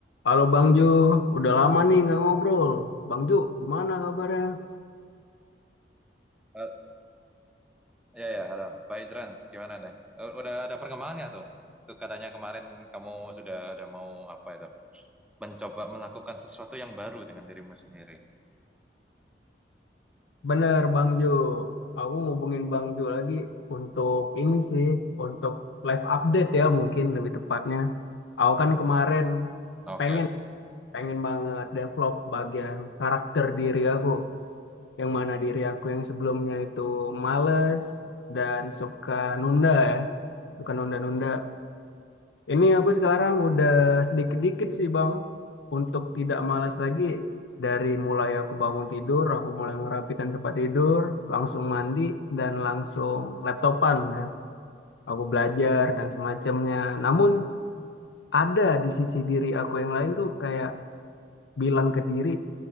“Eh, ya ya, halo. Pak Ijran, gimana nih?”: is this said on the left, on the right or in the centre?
Centre